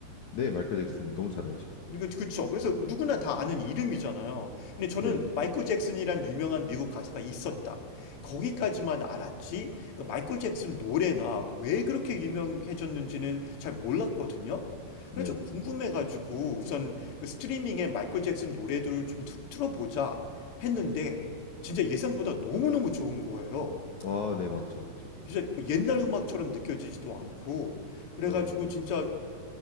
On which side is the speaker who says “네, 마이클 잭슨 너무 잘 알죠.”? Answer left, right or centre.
Left